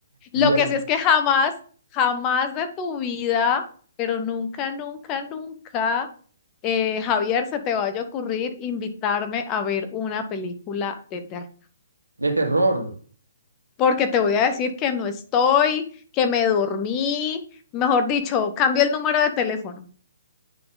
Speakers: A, on the left (about 25°); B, on the right (about 85°).
A: Lo
B: Ya.
A: que sí es que jamás, jamás de tu vida, pero nunca, nunca, nunca, eh, Javier, se te vaya a ocurrir invitarme a ver una película de terror
B: De terror.
A: porque te voy a decir que no estoy, que me dormí, mejor dicho, cambio el número de teléfono.